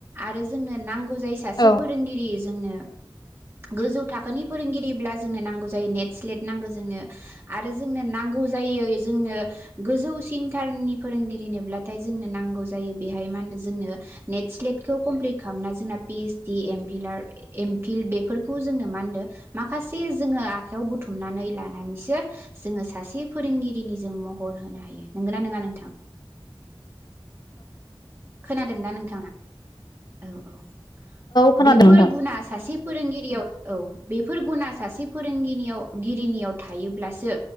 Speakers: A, on the right (about 25°); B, on the left (about 50°).
A: आरो जोंनो नां गौ जायो सासे
B: औ
A: फोरोंगिरि जोंनो गोजौ थाखोनि फोरोंगिरिब्ला जोंनो नांगौ जायो नेट स्लेट नांगौ जोंनो आरो जोंनो नांगौ जायो जोंनो गोजौ सिनथारनि फोरोंगिरिनोब्लाथाय जोंनो नांगौ जायो बेहाय मा होनदो जोंनो नेट स्लेटखौ कमप्लिट खालामना जोंना पि इदस डि एम फिलार ए एमफिल बेफोरखौ जोंनो मा होनदो माखासे जोङो आखाइयाव बुथुमनानै लानानैसो जोङो सासे फोरोंगिरिनि जों महर होनो हायो नंगौ ना नोङा नोंथां? खोनादोंना नोंथाङा औ औ
B: खोनादों
A: बेफोर
B: नोंथां
A: गुना सासे फोरोंगिरियाव औ बेफोर गुना सासे फोरोंगिनाव गिरिनियाव थायोब्लासो